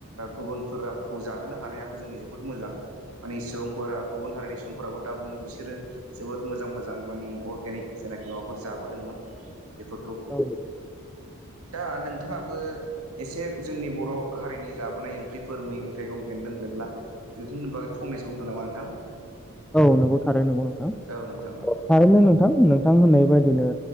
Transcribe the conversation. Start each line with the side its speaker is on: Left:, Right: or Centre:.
Right: गुबुन फोरखौ जाहोनो हानायाबो जोंनि जोबोद मोजां माने सुबुंफोरा गुबुन हारिनि सुबुंफोराव दा बुङो बिस बिसोरो जोबोर मोजां मोजां माने अर्गेनिक जायनाखि माबाफोर जाबोदोंमोन बेफोरखौ
Centre: औ
Right: दा नोंथाङाबो एसे जोंनि बर' हारिनि जाबोनाय ओंख्रिफोर मैगं थाइगं बेन्दों बेनला बेफोरनि बागै फंनैसो बुंदो नामा नोंथां
Centre: औ नंगौ थारै नंगौ नोंथां
Right: औ नोंथां औ
Centre: थारैनो नोंथां नोंथां होननाय बायदिनो